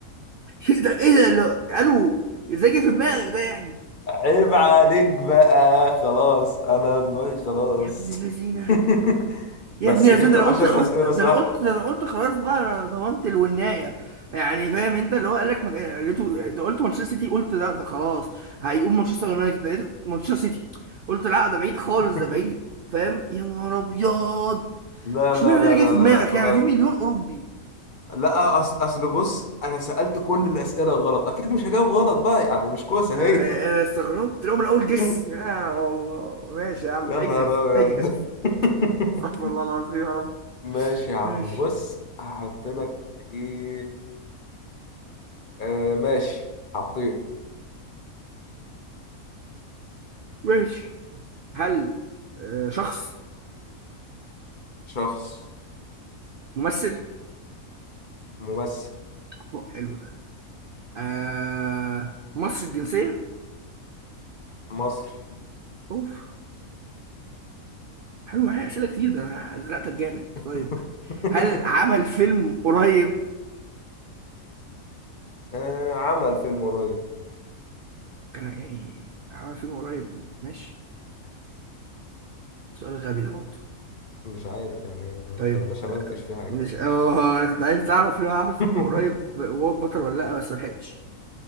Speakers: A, on the right (about 80°); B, on the left (about 40°).
A: ايه ده ايه ده لو قالوا ازاي جه في دماغك ده يعني
B: عيب عليك بقى خلاص انا دماغي خلاص
A: يا ابن اللذينه
B: <laughs>
A: يا
B: بس
A: ابن اللذينه
B: جبت
A: ده انا
B: العشر
A: قلت خلاص
B: اسئلة
A: ده
B: صح
A: انا قلت ده انا قلت خلاص بقى انا ضمنت الونايه يعني فاهم انت اللي هو قال لك مج... قلته ده قلت مانشستر سيتي قلت لا ده خلاص هيقوم مانشستر يونايتد قلت مانشستر سيتي قلت لا ده بعيد خالص
B: <laughs>
A: ده بعيد فاهم يا نهار ابيض
B: لا
A: اشمعنى
B: لا لا
A: ده اللي
B: لا
A: جه في
B: لا
A: دماغك
B: لا
A: يعني
B: بس
A: في مليون اوروبي
B: لا اصل اصل بص انا سألت كل الأسئلة غلط اكيد مش هجاوب غلط بقى يعني مش كوسة
A: انا
B: هي
A: استغربت لو من اول جس
B: <laughs>
A: يا الله ماشي يا عم
B: يا
A: اجهز
B: نهار
A: اجهز
B: ابيض <laughs>
A: استغفر الله العظيم يا رب
B: ماشي يا عم
A: ماشي
B: بص هحط لك ايه آه ماشي حطيت
A: ماشي هل آه، شخص
B: شخص
A: ممثل
B: ممثل
A: أوه، حلو ده آه مصري الجنسية
B: مصري
A: اوف حلو هي اسئلة كتير ده أنا زنقتك جامد
B: <laughs>
A: طيب هل عمل فيلم قريب
B: آه عمل فيلم قريب
A: كان يعني عمل فيلم قريب ماشي سؤال غبي ده برضه
B: مش عارف يعني انت
A: طيب
B: ما شملتش في حاجة
A: مش اه كنت عايز اعرف لو عمل فيلم
B: <laughs>
A: قريب وهو البطل ولا لا بس ملحقتش